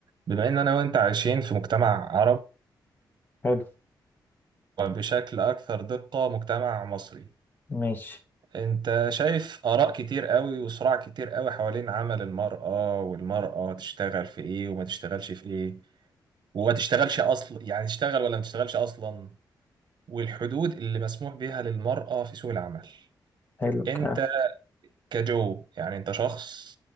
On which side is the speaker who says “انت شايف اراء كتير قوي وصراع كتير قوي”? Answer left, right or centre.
Right